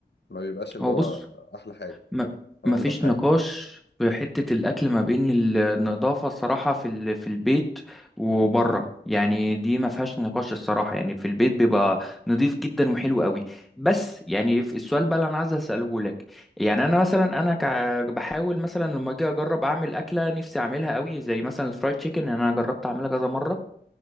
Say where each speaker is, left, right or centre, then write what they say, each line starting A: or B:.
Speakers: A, on the left; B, in the centre.
A: ما بيبقاش اللي
B: هو
A: هو
B: بص
A: أحلى حاجة
B: ما ما
A: أو
B: فيش
A: أنضف حاجة
B: نقاش في حتة الأكل ما بين النظافة الصراحة في ال... في البيت وبره يعني دي ما فيهاش نقاش الصراحة يعني في البيت بيبقى نظيف جدا وحلو قوي بس يعني في السؤال بقى اللي أنا عايز أسأله لك يعني أنا مثلا أنا ك... بحاول مثلا لما أجي أجرب أعمل أكلة نفسي أعملها قوي زي مثلا الفرايد تشيكن أنا جربت أعملها كذا مرة